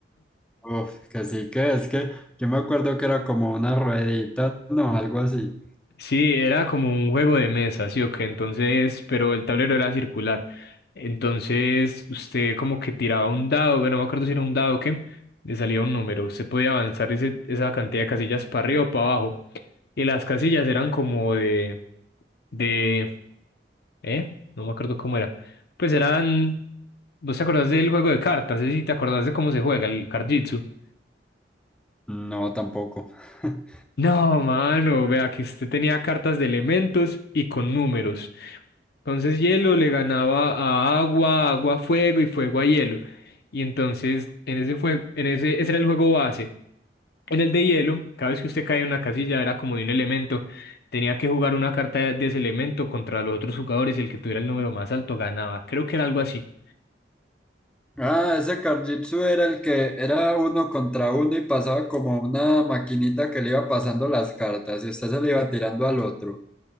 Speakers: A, in the centre; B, on the left.
A: Uf, que sí que es que yo me acuerdo que era como una ruedita, no, algo así.
B: Sí, era como un juego de mesa, sí o qué, entonces, pero el tablero era circular. Entonces, usted como que tiraba un dado, bueno, no me acuerdo si era un dado o qué, le salía un número. Usted podía avanzar ese- esa cantidad de casillas para arriba o para abajo. Y las casillas eran como de, de, ¿eh? No me acuerdo cómo era. Pues eran, ¿vos te acordás del juego de cartas? Sí, sí, ¿te acordás de cómo se juega el Card Jitsu?
A: No, tampoco. <laughs>
B: No, mano, vea que usted tenía cartas de elementos y con números. Entonces hielo le ganaba a agua, agua a fuego y fuego a hielo. Y entonces en ese fue, en ese, ese era el juego base. En el de hielo, cada vez que usted caía en una casilla era como de un elemento. Tenía que jugar una carta de ese elemento contra los otros jugadores y el que tuviera el número más alto ganaba. Creo que era algo así.
A: Ah, ese Karjitsu era el que era uno contra uno y pasaba como una maquinita que le iba pasando las cartas y usted se le iba tirando al otro.